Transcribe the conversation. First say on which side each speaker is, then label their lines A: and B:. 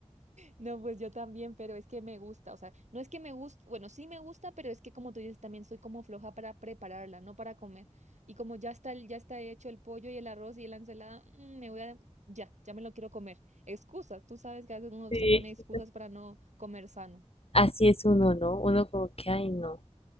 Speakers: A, on the right; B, on the left.
A: No, pues yo también, pero es que me gusta, o sea, no es que me guste, bueno, sí me gusta, pero es que como tú dices, también soy como floja para prepararla, no para comer. Y como ya está, el- ya está hecho el pollo y el arroz y la ensalada, mm, me voy a, ya, ya me lo quiero comer. Excusas, tú sabes que a veces uno
B: Sí.
A: se pone excusas para no comer sano.
B: Así es uno, ¿no? Uno como que, ay, no.